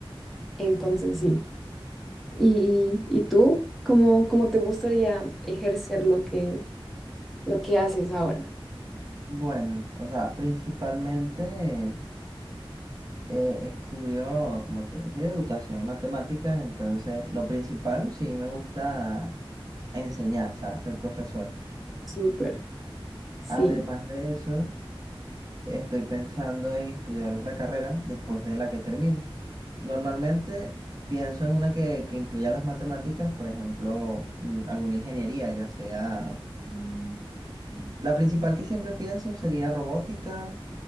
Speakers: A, in the centre; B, on the right.
A: Entonces, sí. ¿Y, y tú? ¿Cómo, cómo te gustaría ejercer lo que, lo que haces ahora?
B: Bueno, o sea, principalmente eh, estudio, como te dije, educación en matemáticas, entonces lo principal sí me gusta enseñar, o sea, ser profesor.
A: Súper. Sí.
B: Además de eso... Estoy pensando en estudiar otra carrera después de la que termine. Normalmente pienso en una que, que incluya las matemáticas, por ejemplo, mm, alguna ingeniería, ya sea... Mm. La principal que siempre pienso sería robótica